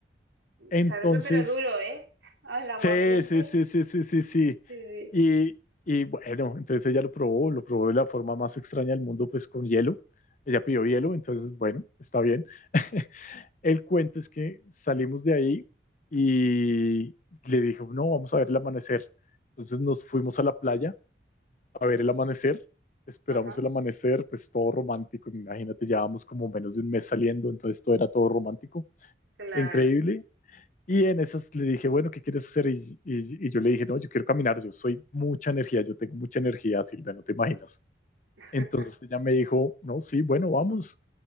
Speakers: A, on the left; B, on the right.
A: Entonces
B: sabroso pero duro, ¿eh? Ah, el aguardiente.
A: Sí, sí, sí, sí, sí, sí, sí.
B: Sí, sí,
A: Y, y bueno, entonces ella lo probó, lo probó de la forma más extraña del mundo, pues con hielo. Ella pidió hielo, entonces bueno, está bien. <laughs> El cuento es que salimos de ahí y le dijo, no, vamos a ver el amanecer. Entonces nos fuimos a la playa a ver el amanecer, esperamos
B: Ajá,
A: el amanecer, pues todo romántico, imagínate, llevábamos como menos de un mes saliendo, entonces todo era todo romántico,
B: claro.
A: increíble, y en esas le dije, bueno, ¿qué quieres hacer? Y, y- y yo le dije, no, yo quiero caminar, yo soy mucha energía, yo tengo mucha energía, Silvia, no te imaginas.
B: <laughs>
A: Entonces ella me dijo, no, sí, bueno, vamos.